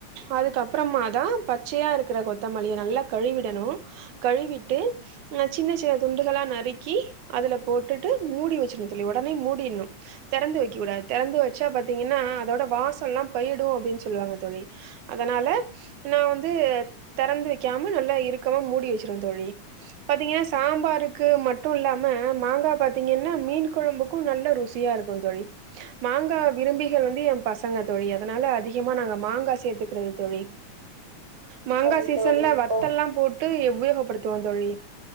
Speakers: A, on the right; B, on the right.
A: அதுக்கப்பறமா தா பச்சையா இருக்குற கொத்தமல்லிய நல்லா கழுவிடணும், கழுவிட்டு அ சின்ன சின்ன துண்டுகளா நறுக்கி அதுல போட்டுட்டு மூடி வச்சிர்னு தோழி ஒடனே மூடின்னும் திறந்து வைக் க்க கூடாத் திறந்து வச்சா பத்தீங்கன்னா அதோட வாசோ ல்லாம் பயிடூ அப்டின்னு சொல்லுவாங்க தோழி அதனால நா வந்து தெறந்து வைக்காம நல்லா இருக்கமா மூடி வச்சிருவ தோழி பாத்தீங்கன்னா சாம்பாருக் க்கு மட்டூ இல்லாம மாங்கா பாத்தீங்கன்னா மீன் குழம்புக்கும் நல்ல ருசியா இருக்கும் தோழி, மாங்கா விரும்பிகள் வந்து என் பசங்க தோழி அதனால அதிகமா நாங்க மாங்கா சேத்துக்குறது தோழி மாங்கா
B: சரி
A: சீசன்ல
B: தோழி இப்போ
A: வத்த ல்லாம் போட்டு இப் உபயோகப் படுத்துவோம் தோழி